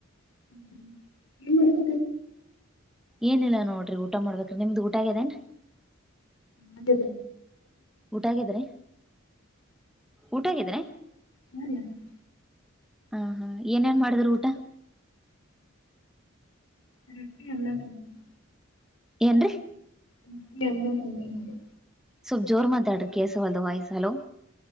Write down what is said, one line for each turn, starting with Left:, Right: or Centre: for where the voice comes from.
Left: ಹ
Centre: ಏನಿಲ್ಲ ನೋಡ್ರಿ ಊಟ ಮಾಡಬೇಕ್ರ ನಿಮ್ದ ಊಟಾಗದೇನ್ ರಿ
Left: ಅಗೆದ್ರಿ
Centre: ಊಟಾಗಿದ್ರೆ ಊಟಾಗಿದ್ರೆ
Left: ಹರಿ <unintelligible>
Centre: ಹಾ ಹಾ ಏನೇನ್ ಮಾಡಿದ್ರ ಊಟ
Left: ರೊಟ್ಟಿ ಅನ್ನ ಸಾಂಬಾರ್
Centre: ಏನ್ರೀ
Left: ರೊಟ್ಟಿ ಅನ್ನ ಸಾಂಬಾರ್
Centre: ಸ್ವಲ್ಪ್ ಜೋರ್ ಮಾತಾಡ್ರಿ ಕೇಳ್ ಸವಲ್ದ ವಾಯ್ಸ್ ಹಲೋ